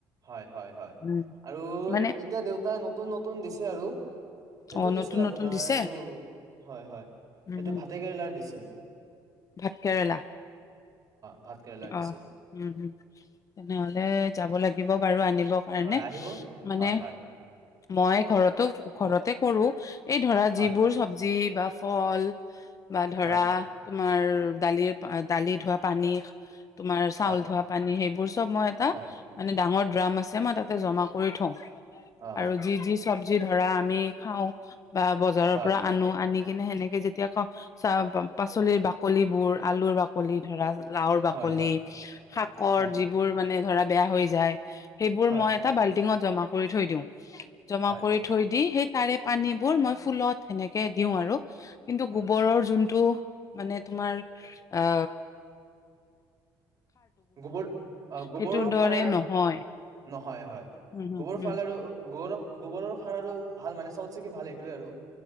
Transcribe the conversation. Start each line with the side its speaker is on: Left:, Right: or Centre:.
Right: হয়, হয়, হয়
Left: উম,
Right: আৰু
Left: মানে
Right: এতিয়া দেউতাই নতুন নতুন নতুন দিছে আৰু। সেইটো
Left: অ',
Right: দিছে
Left: নতুন
Right: আপোনাৰ
Left: নতুন দিছে,
Right: সেইটো হয়, হয়,
Left: উম,
Right: সেইটো ভাতেকেৰেলাৰ দিছিল।
Left: ভাত কেৰেলা।
Right: অ। ভাত কেৰেলাৰ দিছিল
Left: অ', উম, হম, তেনেহ'লে যাব লাগ দিব বাৰু আনিম। দৰকাৰ
Right: হয়
Left: নে
Right: আহিব
Left: মানে
Right: হয় হয়
Left: মই ঘৰতো ঘৰতে কৰো। এই ধৰা
Right: হয়
Left: যিবোৰ চবজি বা ফল বা ধৰা
Right: হয়
Left: তোমাৰ দালিৰ পা দালি ধোৱা পানী <inaudible> তোমাৰ চাউল
Right: হয়
Left: ধোৱা পানী সেইবোৰ চব মই এটা
Right: হয়
Left: মানে ডাঙৰ ড্ৰাম আছে, মই তাতে জমা কৰি থওঁ।
Right: অ
Left: আৰু যি যি চব যি ধৰা আমি খাওঁ বা বজাৰৰ
Right: হয়
Left: পৰা আনো, আনি যেনে সেনেকে যেতিয়া <unintelligible> পাচলিৰ বাকলিবোৰ আলুৰ বাকলি ধৰা লাউ কলি
Right: হয় হয়
Left: শাকৰ
Right: হয়
Left: যিবোৰ মানে ধৰা বেয়া হৈ যায়। সেইবোৰ
Right: হয়
Left: মই এটা বাল্টিঙত জমা কৰি থৈ দিওঁ। জমা
Right: হয়
Left: কৰি থৈ দি সেই তাৰে পানীবোৰ মই ফুলত সেনেকে দিওঁ আৰু। কিন্তু
Right: হয়
Left: গোবৰৰ
Right: হয়
Left: যোনটো মানে তোমাৰ অ
Right: গোবৰ অ', গোবৰৰ
Left: সেইটোৰ দৰে
Right: সাৰ
Left: নহয়
Right: নহয় হয়।
Left: উম হম
Right: গোবৰৰ
Left: উম
Right: ফাল আৰু গোবৰৰ গোবৰৰ সাৰ আৰু ভাল মানে চবতচেকি ভাল সেইটোৱে আৰু।